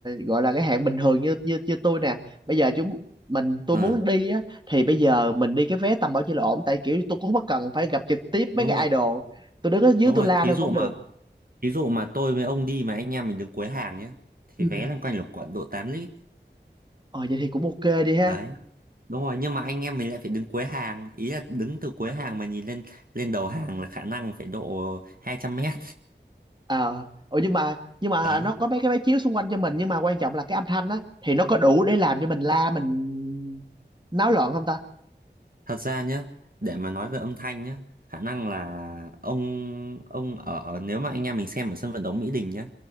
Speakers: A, on the right; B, on the right.
A: gọi là cái hạn bình thường như như như tôi nè bây giờ chúng mình tôi
B: ờ
A: muốn đi á thì bây giờ mình đi cái vé tầm bao nhiêu là ổn tại kiểu tôi cũng không có cần phải gặp trực tiếp
B: đúng
A: mấy cái
B: rồi
A: idol tôi đứng ở dưới
B: đúng
A: tôi
B: rồi
A: la
B: thí
A: thôi
B: dụ
A: cũng
B: mà
A: được
B: thí dụ mà tôi với ông đi mà anh em mình đứng cuối hàng nhá thì
A: ừ
B: vé loanh quanh là khoảng độ tám lít
A: ờ vậy thì cũng ok đi ha
B: đấy đúng rồi nhưng mà anh em mình lại phải đứng cuối hàng ý là đứng từ cuối hàng mà nhìn lên lên đầu hàng là khả năng phải độ hai trăm mét
A: ờ Ủa nhưng mà nhưng mà
B: đấy
A: nó có mấy cái máy chiếu xung quanh cho mình nhưng mà quan trọng là cái âm thanh á thì nó có đủ để làm cho mình la mình náo loạn không ta
B: Thật ra nhá, để mà nói về âm thanh nhá, khả năng là ông ông ở nếu mà anh em mình xem ở sân vận động Mỹ Đình nhá,